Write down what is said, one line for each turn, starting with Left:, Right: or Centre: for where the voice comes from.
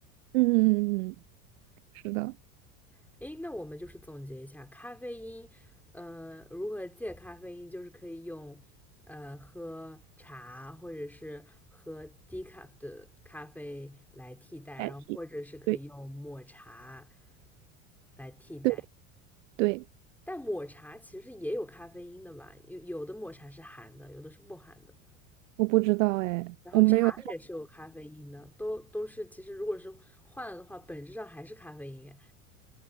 Right: 嗯嗯嗯，嗯是的，
Centre: <laughs> 诶，那我们就是总结一下，咖啡因，呃，如何戒咖啡因，就是可以用，呃，喝茶或者是喝低 e 的咖啡来替代，
Right: 代替。
Centre: 然后或者是可以用抹茶
Right: 对
Centre: 来替代。
Right: 对对，
Centre: 但抹茶其实也有咖啡因的吧，有有的抹茶是含的，有的是不含的。
Right: 我不知道哎，
Centre: 然后茶也是有咖啡因的，
Right: 我没有。
Centre: 都都是其实如果是换了的话，本质上还是咖啡因。哎，